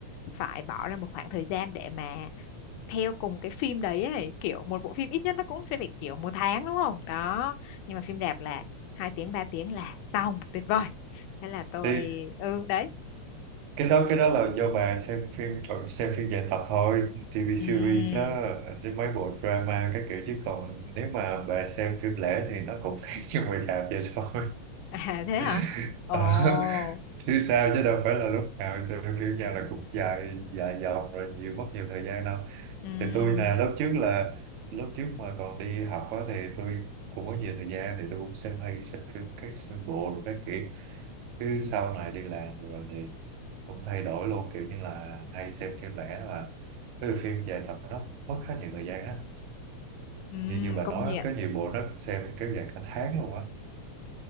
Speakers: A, on the left; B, on the right.
A: phải bỏ ra một khoảng thời gian để mà theo cùng cái phim đấy ấy, kiểu một bộ phim ít nhất nó cũng sẽ phải kiểu một tháng đúng không đó nhưng mà phim đẹp là hai tiếng ba tiếng là xong tuyệt vời thế là tôi
B: Thì
A: ừ đấy
B: cái đó cái đó là do bà xem phim còn xem phim dài tập thôi, TV
A: Ừm.
B: series á, chứ mấy bộ drama các kiểu chứ còn nếu mà bà xem phim lẻ thì nó cũng khác <laughs> như ngoài rạp vậy thôi. <laughs>
A: <laughs> à thế hả ồ
B: Ờ, chứ sao chứ đâu phải là lúc nào sự phim nhà là cũng dài dài dòng rồi nhiều mất nhiều thời gian đâu
A: Ừm.
B: thì tôi là lớp trước là lớp trước mà còn đi học á thì tôi cũng có nhiều thời gian thì tôi cũng xem hay xem phim các phim bộ rồi các kiểu chứ sau này đi làm rồi thì cũng thay đổi luôn kiểu như là hay xem phim lẻ đó là cái phim dài tập nó mất khá nhiều thời gian á
A: Ừm,
B: như như bà
A: công
B: nói
A: nhận
B: có nhiều bộ nó xem kéo dài cả tháng luôn á